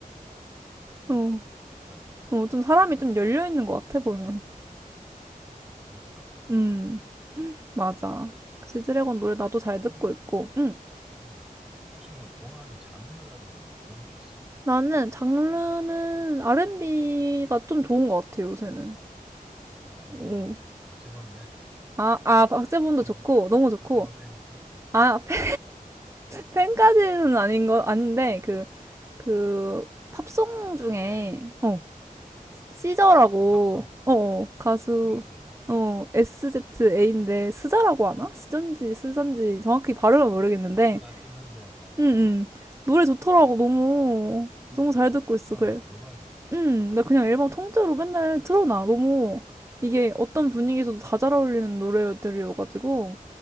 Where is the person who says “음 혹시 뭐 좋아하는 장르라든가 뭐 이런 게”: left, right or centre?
Centre